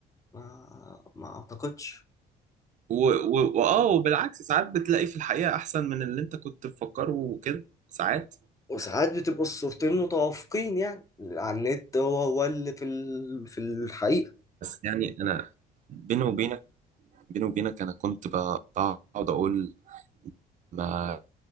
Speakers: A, on the left; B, on the right.
A: ما ما اعتقدش
B: و... و... وآه وبالعكس ساعات بتلاقي في الحقيقة أحسن من اللي انت كنت مفكره وكده ساعات
A: وساعات بتبقوا الصورتين متوافقين يعني على النت هو هو اللي في ال... في الحقيقة
B: بس يعني أنا بيني وبينك بيني وبينك أنا كنت ب- بقعد أقول ما